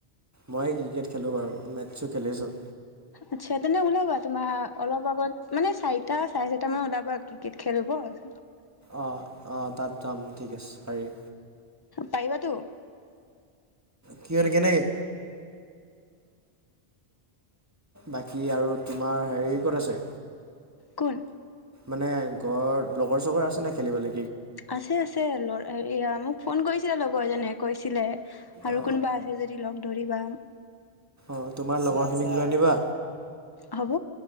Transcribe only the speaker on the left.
আচ্ছা, তেন্তে ওলাবা তোমাৰ অলপ আগত মানে চাৰিটা চাৰে চাৰিটা মান ওলাবা ক্ৰিকেট খেল হব-
পাৰিবাতো
কোন?
আছে আছে, ল হে মোক ফোন কৰিছিলে লগৰজনে কৈছিলে- আৰু
কোনোবা আছে যদি লগ ধৰিবা
হ'ব।